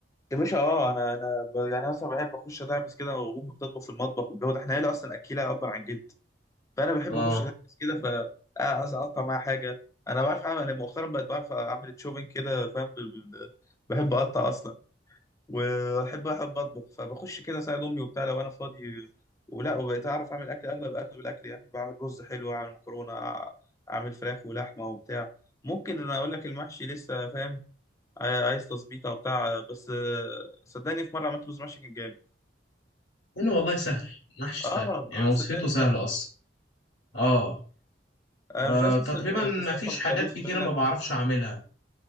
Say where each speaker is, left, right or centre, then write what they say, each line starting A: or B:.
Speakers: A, on the left; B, on the left.
A: يا باشا اه انا انا ب... يعني اصلا بحب اخش ادعبس كده وامي بتطبخ في المطبخ والجو ده احنا عيله اصلا اكيله ابا عن جد فانا بحب
B: اه
A: اخش ادعبس كده ف أ- أص- اقطع معاها حاجه انا بعرف اعمل أنا مؤخرا بقيت بعرف اعمل شوبينج كده فاهم بال- بال- بحب اقطع اصلا واحب احب اطبخ فبخش كده اساعد امي وبتاع لو انا فاضي ولا وبقيت اعرف اعمل اكل اغلب اغلب الاكل يعني بعمل رز حلو اعمل مكرونه أع- اعمل فراخ ولحمه وبتاع ممكن انا اقول لك المحشي لسه فاهم عايز تظبيط او بتاع بس آه، صدقني في مره عملت رز محشي كان جامد
B: انه والله سهل محشي
A: اه
B: سهل يعني
A: اه
B: وصفته
A: صدقني
B: سهله
A: سهل
B: اصلا اه
A: انا
B: آه
A: مش عايز الناس
B: تقريبا
A: اللي
B: ما
A: بتستصعب
B: فيش
A: الطبيخ
B: حاجات كتيرة
A: فعلا
B: ما بعرفش أعملها